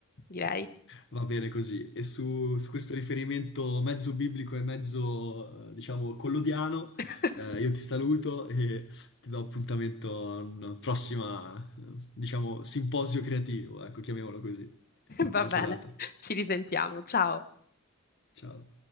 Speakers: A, on the left; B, on the left.
A: direi.
B: Va bene così. E su, su questo riferimento mezzo biblico e mezzo, eh, diciamo, collodiano,
A: <laughs>
B: eh, io ti saluto e ti do appuntamento a un prossimo, diciamo, simposio creativo, ecco, chiamiamolo così.
A: Va
B: Buona
A: bene,
B: serata.
A: ci risentiamo, ciao.
B: Ciao.